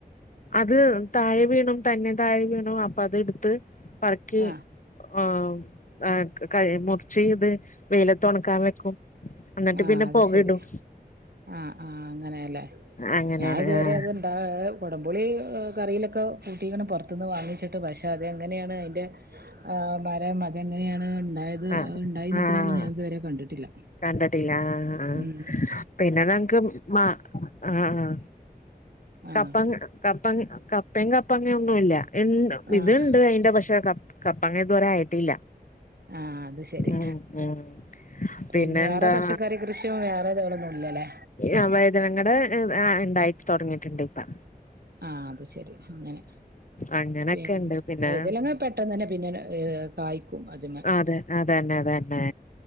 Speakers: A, on the left (about 55°); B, on the right (about 80°).
A: അത് താഴെ വീണും തന്നെ താഴെ വീണും അപ്പൊ അത് എട്ത്ത് പറക്കി
B: ആഹ്
A: ആഹ് ആഹ് കയ് മുറിച്ച് ഇത് വെയിലത്ത് ഒണക്കാൻ വെക്കും. എന്നിട്ട്
B: ആഹ്
A: പിന്നെ
B: അത്
A: പൊകയിടും
B: ശെരി ആഹ് ആഹ് അങ്ങനെയല്ലേ
A: അങ്ങനെയാണ്
B: ഞാൻ ഇത് വരെ
A: ആഹ്
B: അത് കൊടം പുളി കറിലൊക്കെ കൂട്ടിക്കണ് പൊറത്ത്ന്ന് വാങ്ങിച്ചിട്ട് പക്ഷെ അത് എങ്ങനെയാണ് അയിൻ്റെ ആഹ് മരം അത് എങ്ങനെയാണ് ഇണ്ടായത്
A: ആഹ്
B: ഇണ്ടായി നിക്കേണോന്ന്
A: ആഹ്
B: ഞാൻ ഇത് വെരെ കണ്ടിട്ടില്ല.
A: കണ്ടിട്ടില്ല ആഹ് ആഹ്
B: ഉം
A: പിന്നെ നിങ്ങക്ക് മാ ആഹ് ആഹ്
B: ആഹ്
A: കപ്പങ്ങ കപ്പങ്ങ കപ്പയും കപ്പങ്ങ ഒന്നും ഇല്ല എൻ
B: ആഹ്
A: ഇത് ഇണ്ട് അയിന്റെ പശേ ക കപ്പങ്ങ ഇത് വരെ ആയിട്ടില്ലാ.
B: ആഹ് അത് ശരി
A: ഉം ഉം.
B: പിന്നെ
A: പിന്നെന്താ
B: വേറെ പച്ചക്കറി കൃഷിയോ വേറെ ഇതേപോലെ ഒന്നും ഇല്ല അല്ലേ?
A: ആഹ് വഴ്തനങ്ങയുടെ ഈഹ് ആഹ് ഇണ്ടായിട്ട് തൊടങ്ങീട്ടിണ്ട് ഇപ്പാ.
B: ആഹ് അത് ശെരി അങ്ങനെ
A: അങ്ങനൊക്കെ
B: പിന്ന
A: ഉണ്ട് പിന്നെ
B: വൈതാലങ്ങാ പെ ട്ടെന്ന് അന്നെ പിന്നെ അയ് കായ്ക്കും ആദ്യമേ.
A: അതെ അതന്നെ അതന്നെ